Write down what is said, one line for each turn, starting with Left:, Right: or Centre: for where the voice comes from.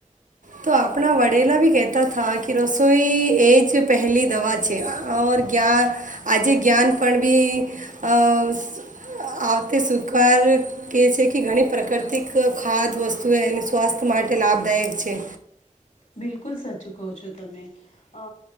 Right: તો આપણા વડેલા બી કહેતા હતા કે રસોઈ એ જ પહેલી દવા છે ઓર ક્યાર આજે જ્ઞાન પણ બી અ આવતે સ્વીકાર કહે છે કે ઘણી પ્રાકૃતિક ખાદ વસ્તુઓ એને સ્વાસ્થ્ય માટે લાભદાયક છે.
Left: બિલકુલ સાચું કહો છો તમે અ